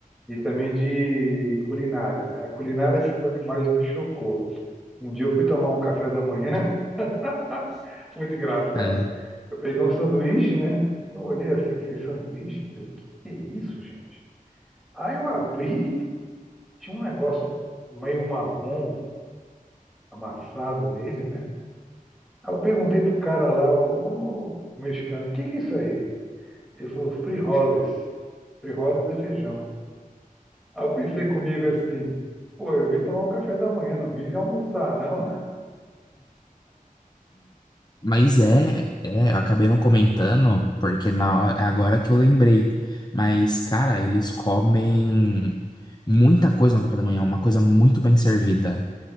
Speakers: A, in the centre; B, on the left.
A: e também de culinária, né? Culinária que foi o que mais me chocou um dia eu fui tomar um café da manhã, <laughs> muito engraçado.
B: É.
A: Eu peguei um sanduíche, né? Eu olhei assim aquele sanduíche, falei, o que que é isso, gente? Aí eu abri, tinha um negócio meio marrom amassado nele, né? Aí eu perguntei pro cara lá, o mexicano, o que que é isso aí? Ele falou, frijoles. Frijoles é feijão. Aí eu pensei comigo assim, pô, eu vim tomar o café da manhã, não vim já almoçar, não. <laughs>
B: Mas é, é, eu acabei não comentando, porque na hora, é agora que eu lembrei. Mas, cara, eles comem muita coisa no café da manhã, uma coisa muito bem servida.